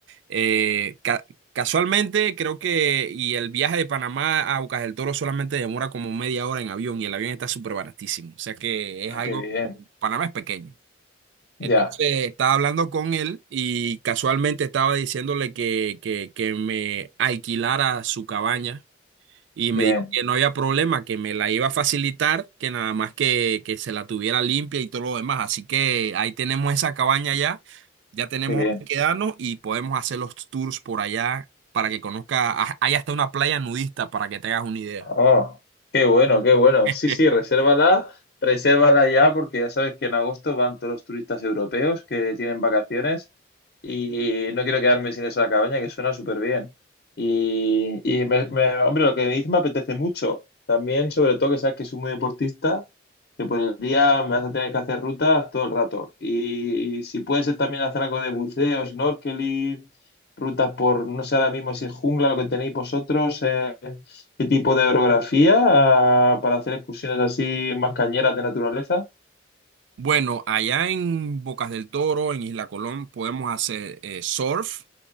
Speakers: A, on the right; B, on the left.
A: Eh, ca- casualmente creo que y el viaje de Panamá a Bocas del Toro solamente demora como media hora en avión y el avión está súper baratísimo. O sea que
B: Ah,
A: es algo,
B: qué bien.
A: Panamá es pequeño.
B: Ya,
A: Entonces estaba hablando con él y casualmente estaba diciéndole que, que, que me alquilara su cabaña y me
B: bien,
A: dijo que no había problema, que me la iba a facilitar, que nada más que, que se la tuviera limpia y todo lo demás. Así que ahí tenemos esa cabaña ya, ya tenemos
B: qué bien.
A: donde quedarnos y podemos hacer los tours por allá para que conozca, ah, hay hasta una playa nudista para que te hagas una idea.
B: Ah, qué bueno, qué bueno.
A: <laughs>
B: Sí, sí, resérvala, resérvala ya porque ya sabes que en agosto van todos los turistas europeos que tienen vacaciones y no quiero quedarme sin esa cabaña que suena súper bien. Y, y me- me- hombre, lo que me dices me apetece mucho. También, sobre todo, que sabes que soy muy deportista, que por el día me vas a tener que hacer rutas todo el rato. Y, y si puede ser también hacer algo de buceo, snorkeling, rutas por, no sé ahora mismo si es jungla lo que tenéis vosotros. eh, ¿Qué tipo de orografía? Ah, para hacer excursiones así más cañeras de naturaleza.
A: Bueno, allá en Bocas del Toro, en Isla Colón, podemos hacer eh, surf,